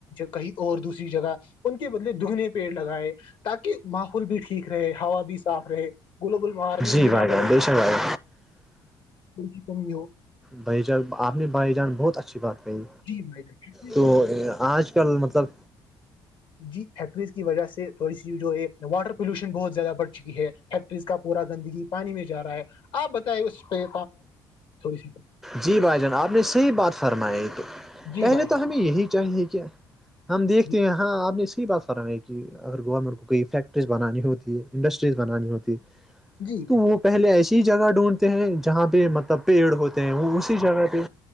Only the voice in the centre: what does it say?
جی
وھائی
بائی بے شک بھائی گ
بھائی جان آپ نے بھائی جان بہت اچھا بات کہی
تو
آج کل مطلب
جی بھائی جان آپ نے صحیح بات فرمائی تو
پہلے
تو
ہمیں یہی چاہیے کیا ہم دیکھتے
ہیں ہاں آپ نے صحی بات کہ اگر گورنمنٹ کو کوئی فیکٹریز بنانی ہوتی ہے انڈسٹریز بنانی ہوتی
تو
وہ پہلے ایسی ہی جگہ ڈھونڈتے ہیں جہاں پہ پ مطلب پیڑ ہوتے ہیں وہ اسی جگہ پہ